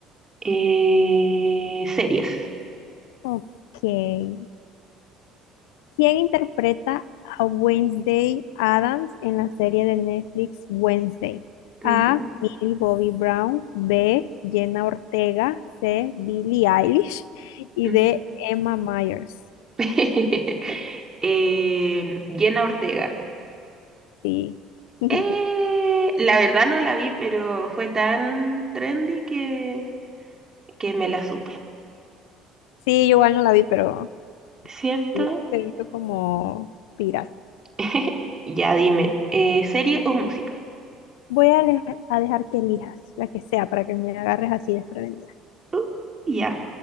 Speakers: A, on the right; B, on the left.
A: Eh, series.
B: Ok. ¿Quién interpreta a Wednesday Adams en la serie de Netflix Wednesday? A.
A: Ujú,
B: Millie Bobby Brown. B. Jenna Ortega. C. Billie Eilish. Y
A: ujú.
B: D. Emma Myers.
A: <laughs> Eh, Jenna Ortega.
B: Sí. <laughs>
A: Eh, la verdad no la vi, pero fue tan trendy que, que me la supe.
B: Sí, yo igual no la vi, pero
A: ¿Cierto?
B: sí, se hizo como viral.
A: <laughs> Ya dime, eh, ¿serie o música?
B: Voy a, le- a dejar que elijas la que sea para que me agarres así desprevenida.
A: Uh, ya.